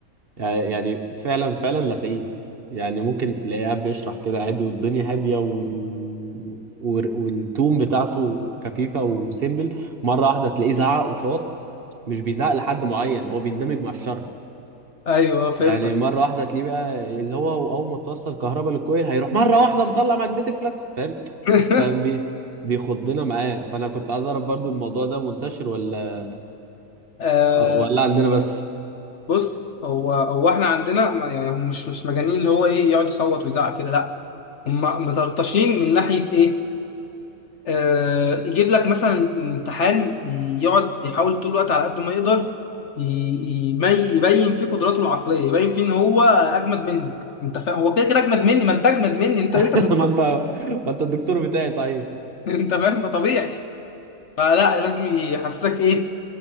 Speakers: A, on the right; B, on the left.
A: يعني فعلا فعلا لاصقين يعني ممكن تلاقيه قاعد بيشرح كده عادي والدنيا هاديه وال... وال- والتون بتاعته خفيفه وسيمبل مره واحده تلاقيه زعق وشاط مش بيزعق لحد معين هو بيندمج مع الشرح
B: ايوه فهمتك
A: يعني مره واحده تلاقيه بقى اللي هو اول ما توصل كهرباء للكويل هيروح مره واحده مطلع ماجنتيك فلكس فاهم
B: <laughs>
A: فاهم بيه بيخضنا معاه فانا كنت عايز اعرف برضو الموضوع ده منتشر ولا
B: آه
A: ولا عندنا بس
B: بص هو هو احنا عندنا ما- يعني هم مش مش مجانين اللي هو ايه يقعد يصوت ويزعق كده لا هم مطرطشين من ناحيه ايه آه، يجيب لك مثلا امتحان يقعد يحاول طول الوقت على قد ما يقدر ي- ي- يبين فيه قدراته العقليه يبين فيه ان هو اجمد منك انت فاهم هو كده كده اجمد مني ما انت اجمد مني انت
A: <laughs>
B: انت دكتور
A: ما انت ما انت الدكتور بتاعي صحيح
B: <laughs> انت فاهم فطبيعي فلا لازم يحسسك ايه